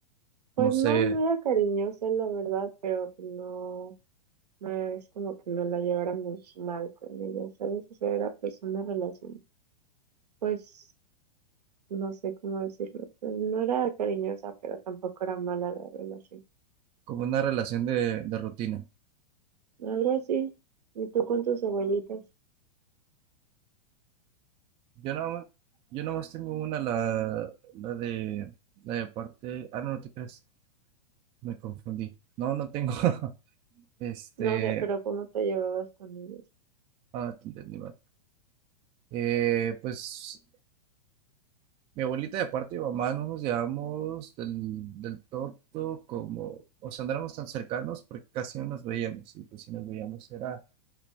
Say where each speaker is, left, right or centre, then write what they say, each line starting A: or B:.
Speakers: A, on the right (about 75°); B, on the right (about 25°).
A: Pues
B: no sé,
A: no, no era cariñosa la verdad, pero pues, no, no es como que nos la lleváramos mal con ella, ¿sabes? O sea, era pues una relación, pues no sé cómo decirlo, pues no era cariñosa, pero tampoco era mala la relación.
B: como una relación de, de rutina.
A: Algo así. ¿Y tú con tus abuelitas?
B: Yo nada más, yo nada más tengo una, la, la de la de parte. Ah, no, no te creas. Me confundí. No, no tengo. <laughs> Este.
A: No, o sea, pero ¿cómo te llevabas con ellas?
B: Ah, te entendí mal. Eh, pues mi abuelita de parte de mamá no nos llevamos del, del todo como, o sea, no éramos tan cercanos porque casi no nos veíamos. Y pues si nos veíamos era